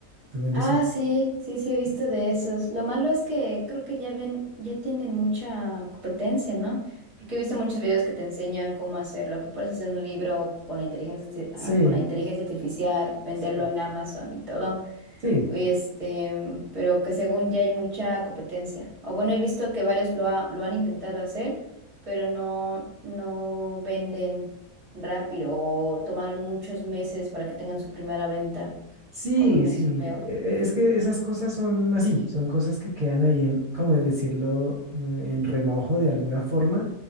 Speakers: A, on the right; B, on the right.
A: Tú vendes
B: Ah,
A: un...
B: sí, sí, sí, he visto de esos. Lo malo es que creo que ya ven, ya tienen mucha competencia, ¿no? Porque he visto muchos videos que te enseñan cómo hacerlo, que puedes hacer un libro con la inteligencia, arti-
A: Sí,
B: ah, con la inteligencia artificial, venderlo
A: sí,
B: en Amazon y todo.
A: sí,
B: Y este, pero que según ya hay mucha competencia. O bueno, he visto que varios lo, ha- lo han intentado hacer, pero no, no venden rápido o tomaron muchos meses para que tengan su primera venta.
A: Sí,
B: O bueno,
A: sí,
B: eso veo.
A: e- es que esas cosas son así, son cosas que quedan ahí en, como de decirlo, eh, en remojo de alguna forma